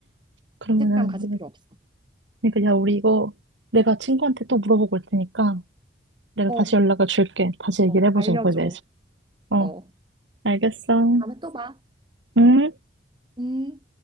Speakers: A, on the right (about 90°); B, on the right (about 25°).
A: 그러면은,
B: 색감 가질
A: 내가,
B: 필요 없어.
A: 그러니까, 야, 우리 이거, 내가 친구한테 또 물어보고 올 테니까, 내가
B: 어,
A: 다시 연락을 줄게. 다시 얘기를
B: 어,
A: 해보자,
B: 알려줘.
A: 이거에 대해서. 어,
B: 어,
A: 알겠어.
B: 다음에 또 봐.
A: 응?
B: 음.